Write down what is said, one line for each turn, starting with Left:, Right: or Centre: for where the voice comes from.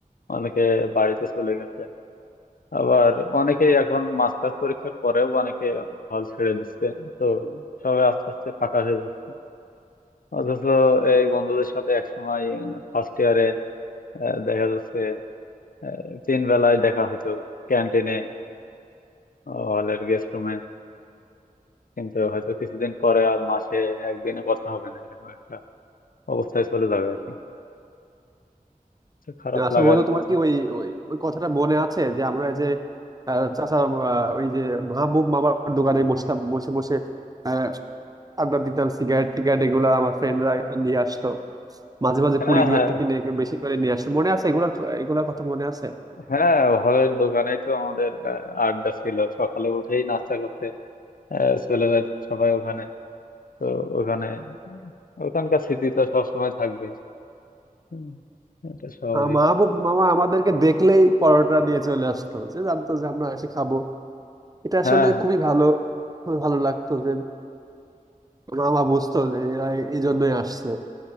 Left: অনেকে বাড়িতে চলে গেছে আবার অনেকেই এখন মাস্টার্স পরীক্ষার পরেও অনেকে হল ছেড়ে দিচ্ছে তো সবাই আস্তে আস্তে ফাঁকা হয়ে যাচ্ছে অথচ এই বন্ধুদের সাথে একসময় ফার্স্ট ইয়ারে আহ, দেখা যাচ্ছে আহ, তিন বেলায় দেখা হইতো ক্যান্টিনে হলের গেস্ট রুমে কিন্তু হয়তো কিছুদিন পরে আর মাসে একদিনে কথা হবে না এরকম একটা অবস্থায় চলে যাবে আর কি তো খারাপ
Right: আচ্ছা
Left: লাগারই
Right: বন্ধু তোমার
Left: কথা
Right: কি ওই ওই ওই কথাটা মনে আছে যে আমরা এই যে আহ, চাচা আহ, ওই যে মাহবুব মামার দোকানে বসতাম বসে বসে আহ, আড্ডা দিতাম সিগারেট টিগারেট এগুলা আমার ফ্রেন্ডরা নিয়ে আসতো মাঝে মাঝে
Left: হ্যাঁ
Right: পুরি দু
Left: হ্যাঁ
Right: একটা কিনে বেশি করে নিয়ে আসতো মনে আছে এগুলার ক- এগুলার কথা মনে আছে
Left: হ্যাঁ হলের দোকানেই তো আমাদের আহ, আড্ডা ছিল সকালে উঠেই নাস্তা করতে আহ, চলে যায় সবাই ওখানে তো ওখানে ওখানকার স্মৃতি তো সবসময় থাকবেই হুম, এটা স্বাভাবিক
Right: আহ, মাহবুব মামা আমাদেরকে দেখলেই পরোটা নিয়ে চলে আসতো যে জানতো যে আমরা এসে খাবো এটা
Left: হ্যাঁ
Right: আসলে
Left: হ্যাঁ
Right: খুবই ভালো খুবই ভালো লাগতো যে মামা বুঝতো যে এরা এই জন্যই আসছে